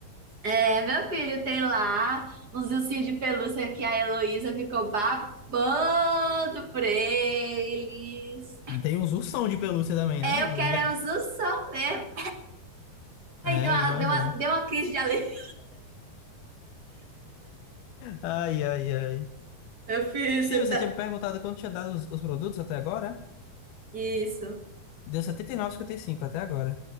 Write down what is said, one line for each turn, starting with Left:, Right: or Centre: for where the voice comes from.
Right: É, meu filho tem lá uns ursinhos de pelúcia que a Heloísa ficou babando por eles.
Left: Tem uns ursão de pelúcia também,
Right: É,
Left: né?
Right: eu quero
Left: Os ne-
Right: é os ursos mesmo. Ai,
Left: É,
Right: deu uma,
Left: eu imagino.
Right: deu uma, deu uma crise de alegria.
Left: Ai, ai, ai.
Right: Eu fiz,
Left: Sim,
Right: você
Left: você
Right: tá.
Left: tinha me perguntado quanto tinha dado os, os produtos até agora? Né?
Right: Isso.
Left: Deu setenta e e nove, vírgula cinquenta e cinco até agora.